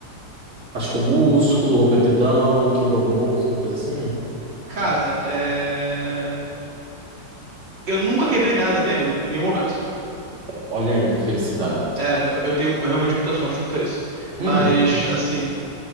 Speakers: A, on the right; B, on the right.
A: Machucou músculo, rompeu tendão, quebrou algum osso, alguma coisa assim.
B: Cara, é... eu nunca quebrei nada na minha vida, em nenhum momento.
A: Olha aí, que felicidade.
B: É, eu tenho realmente muita sorte quanto a isso. Mas,
A: Uhum.
B: assim,